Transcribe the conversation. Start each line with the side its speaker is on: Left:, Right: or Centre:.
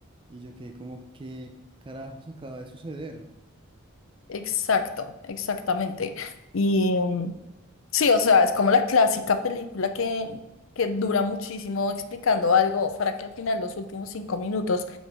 Right: Y yo quedé como, ¿qué carajos acaba de suceder?
Left: Exacto, exactamente. y mm, Sí, o sea, es como la clásica película que, que dura muchísimo explicando algo para que al final los últimos cinco minutos